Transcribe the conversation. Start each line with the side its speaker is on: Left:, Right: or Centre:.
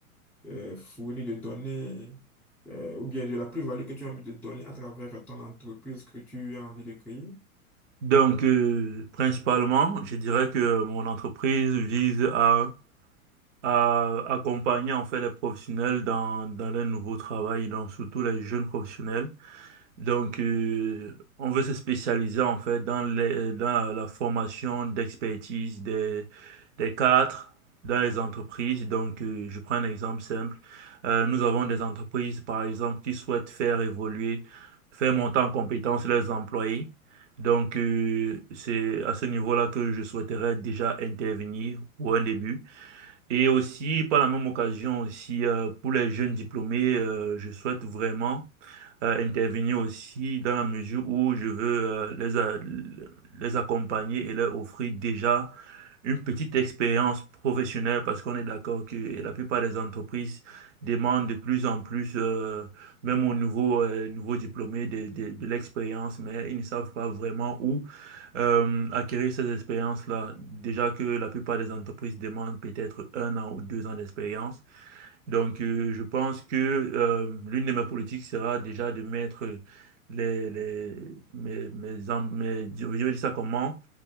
Centre: euh, fournir, de donner, euh, ou bien de la plus-value que tu as envie de donner à travers ton entreprise que tu as envie de créer?
Right: Donc, euh, principalement, je dirais que mon entreprise vise à, à accompagner en fait les professionnels dans, dans leur nouveau travail, donc surtout les jeunes professionnels. Donc, euh, on veut se spécialiser en fait dans les, euh, dans la, la formation d'expertise des, des cadres dans les entreprises. Donc, euh, je prends un exemple simple. Euh, nous avons des entreprises, par exemple, qui souhaitent faire évoluer, faire monter en compétence leurs employés. Donc, euh, c'est à ce niveau-là que je souhaiterais déjà intervenir pour un début. Et aussi, par la même occasion aussi, euh, pour les jeunes diplômés, euh, je souhaite vraiment euh, intervenir aussi dans la mesure où je veux euh, les, a- les accompagner et leur offrir déjà une petite expérience professionnelle parce qu'on est d'accord que la plupart des entreprises demandent de plus en plus, euh, même aux nouveaux, euh, nouveaux diplômés, de, de, de l'expérience, mais ils ne savent pas vraiment où euh, acquérir ces expériences-là. Déjà que la plupart des entreprises demandent peut-être un an ou deux ans d'expérience. Donc, euh, je pense que euh, l'une de mes politiques sera déjà de mettre les, les, mes, mes, en- mes- je vais dire ça comment,